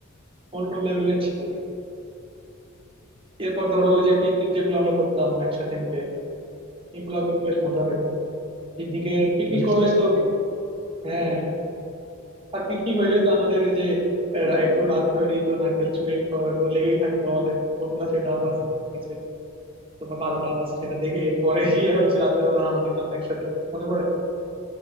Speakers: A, on the right; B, on the right.
A: অন্য লেভেলের ছিল দিন এরপর ধরো ওই যে পিকনিক যেগুলো আমরা করতাম একসাথে মিলে এগুলো কিন্তু বেশ মজার হতো পিকনিকের পিকনিক
B: বিশেষ
A: করলেই
B: করে স্কুল
A: তো হ্যাঁ আর পিকনিক হইলেই তো আমাদের ওই যে আহ, একটু রাত হইলেই তো নারকেল চুরির পর তো লেগেই থাকতো আমাদের কোন গাছে ডাব
B: পিকনিক
A: আছে কোন গাছে তোমার ভালো ডাব আছে সেটা দেখে পরে গিয়ে হচ্ছে রাত্রে বেলা হানা দিতাম একসাথে মনে পড়ে